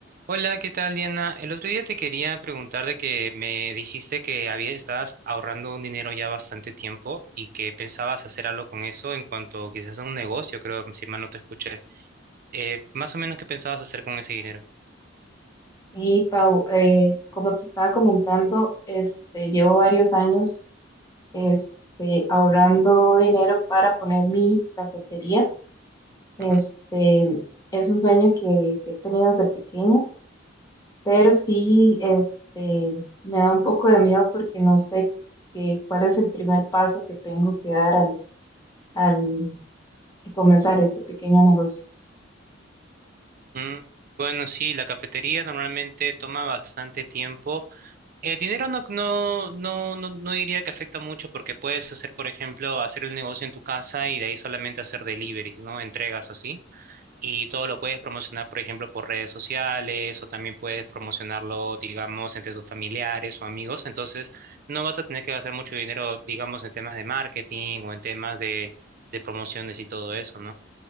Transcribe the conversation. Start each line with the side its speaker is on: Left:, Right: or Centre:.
Right: Hola, ¿qué tal, Diana? El otro día te quería preguntar de que me dijiste que había, estabas ahorrando un dinero ya bastante tiempo y que pensabas hacer algo con eso en cuanto quizás a un negocio, creo, si mal no te escuché. Eh, más o menos, ¿qué pensabas hacer con ese dinero?
Left: Y Pau, eh, como te estaba comentando, este, llevo varios años este, ahorrando dinero para poner mi cafetería. Este,
Right: Ujú.
Left: es un sueño que, que he tenido desde pequeña, pero sí este, me da un poco de miedo porque no sé que- cuál es el primer paso que tengo que dar al, al comenzar este pequeño negocio.
Right: Mm, Bueno, sí, la cafetería normalmente toma bastante tiempo. El dinero no, no, no, no, no diría que afecta mucho porque puedes hacer, por ejemplo, hacer el negocio en tu casa y de ahí solamente hacer deliveries, ¿no? Entregas así. Y todo lo puedes promocionar, por ejemplo, por redes sociales o también puedes promocionarlo, digamos, entre tus familiares o amigos. Entonces, no vas a tener que gastar mucho dinero, digamos, en temas de marketing o en temas de, de promociones y todo eso, ¿no?